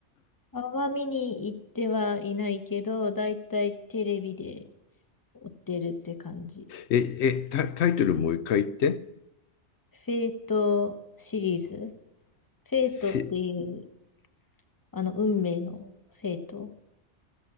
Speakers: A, on the left; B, on the left.
A: あんま見に行ってはいないけど、だいたいテレビで追ってるって感じ。
B: え、え、タ、タイトルもう一回言って。
A: フェイトシリーズ。フェイトっていう、
B: せ、
A: あの、運命のフェイト。